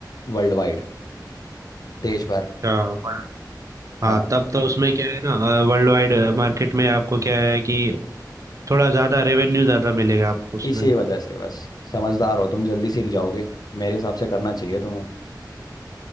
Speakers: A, on the left (about 65°); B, on the right (about 45°).
A: वर्ल्ड वाइड देश भर
B: अच्छा, पर-
A: हाँ
B: हाँ तब तो उसमें क्या है ना वर्ल्ड वाइड मार्केट में आपको क्या है कि थोड़ा ज़्यादा रेवेन्यू ज़्यादा मिलेगा आपको उसमें
A: इसी वजह से बस समझदार हो तुम जल्दी सीख जाओगे मेरे हिसाब से करना चाहिए तुम्हें